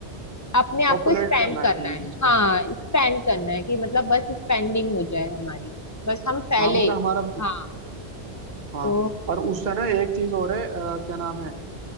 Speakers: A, on the left (about 20°); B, on the right (about 45°).
A: अपने आप
B: पॉपुलेट
A: को स्पेंड
B: करना है
A: करना
B: अपने
A: है
B: बिजनेस को
A: हाँ स्पेंड करना है कि मतलब बस स्पेंडिंग हो जाए हमारी बस हम फैले
B: हाँ मतलब हमारा
A: हाँ
B: हाँ
A: तो
B: और उससे ना एक चीज और है अ, क्या नाम है